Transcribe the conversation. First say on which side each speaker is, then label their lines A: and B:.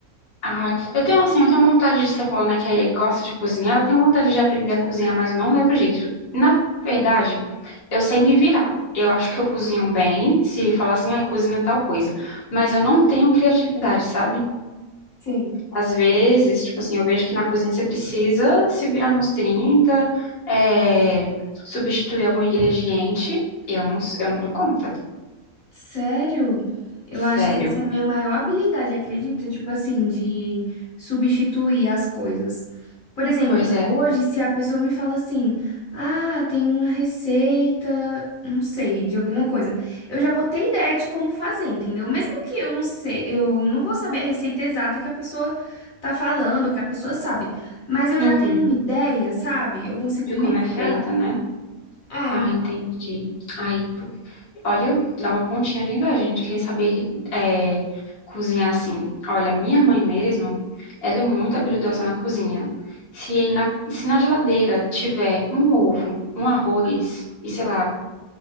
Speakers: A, on the left; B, on the left.
A: Ah, eu tenho assim, eu tenho vontade de você falou, né, que gosta de cozinhar, eu tenho vontade de aprender a cozinhar, mas eu não levo jeito. Na verdade, eu sei me virar. Eu acho que eu cozinho bem, se falar assim, ai, cozinha tal coisa, mas eu não tenho criatividade, sabe?
B: Sei.
A: Às vezes, tipo assim, eu vejo que na cozinha você precisa se virar nos 30, é, substituir algum ingrediente, eu não, eu não dou conta.
B: Sério? Eu acho
A: Sério.
B: que essa é a minha maior habilidade, acredita? Tipo assim, de substituir as coisas. Por exemplo,
A: Pois é.
B: hoje, se a pessoa me fala assim, ah, tem uma receita, não sei, de alguma coisa, eu já vou ter ideia de como fazer, entendeu? Mesmo que eu não sei, eu não vou saber a receita exata que a pessoa tá falando, ou que a pessoa sabe, mas eu já
A: Uhum.
B: tenho uma ideia, sabe? Eu consigo
A: De
B: me
A: como
B: virar.
A: é feita, né?
B: É,
A: Ah, entendi. Aí, Olha, dá uma pontinha de inveja, gente, quem saber é, cozinhar assim. Olha, minha mãe mesmo, ela é muito habilidosa na cozinha. Se aí na, se na geladeira tiver um ovo, um arroz e sei lá,